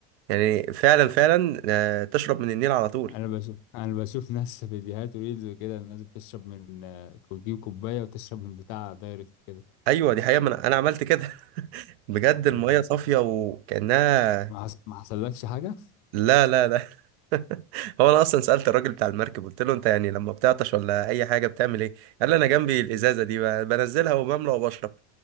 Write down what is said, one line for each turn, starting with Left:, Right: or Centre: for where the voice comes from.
Right: يعني فعلا فعلا آه، تشرب من النيل على طول
Left: انا بشوف انا بشوف ناس في فيديوهات وريلز وكده الناس بتشرب من آه، بتجيب كوبايه وتشرب من بتاع دايركت كده
Right: ايوه دي حقيقة ما انا أنا عملت كده <laughs> بجد المية
Left: آه.
Right: صافية وكأنها
Left: ما حص... ما حصلكش حاجه
Right: لا لا لا <laughs> هو انا اصلا سالت الراجل بتاع المركب قلت له انت يعني لما بتعطش ولا اي حاجه بتعمل ايه قال لي انا جنبي الازازه دي ب- بنزلها وبملى وبشرب